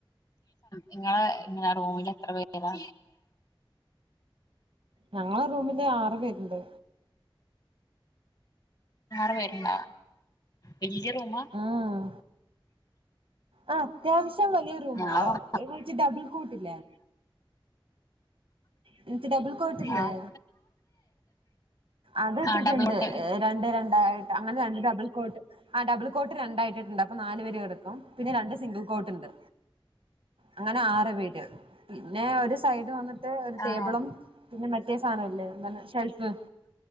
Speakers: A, on the left; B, on the right.
A: നിങ്ങളെ ഇങ്ങളെ റൂമില് എത്ര പേരാ?
B: ഞങ്ങളെ റൂമില് ആറ് പേര്ണ്ട്.
A: ആറ് പേര്ണ്ടാ വെല്ല്യ റൂമാ?
B: ഉം ആഹ് അത്യാവശ്യം വലിയ റൂമാ
A: ഞങ്ങളെ റൂം
B: വച്ച് ഡബിൾ കോട്ടില്ലേ? എന്നിട്ട് ഡബിൾ കോട്ടില്ലേ
A: ആഹ്
B: അത് ഇട്ടിട്ട്ണ്ട്
A: ആഹ് ഡബിൾ കോട്ട്
B: രണ്ട് രണ്ടായിട്ട് അങ്ങനെ രണ്ട് ഡബിൾ കോട്ട് ആ ഡബിൾ കോട്ട് രണ്ടായിട്ടിട്ട്ണ്ട് അപ്പൊ നാല് പേര് കെടക്കും പിന്നെ രണ്ട് സിംഗിൾ കോട്ട്ണ്ട്. അങ്ങനെ ആറ് പേര് പിന്നെ ഒരു സൈഡ് വന്നിട്ട് ഒരു
A: ആഹ്
B: ടേബിളും പിന്നെ മറ്റേ സാനംല്ലേ എന്തണ് ഷെൽഫ്.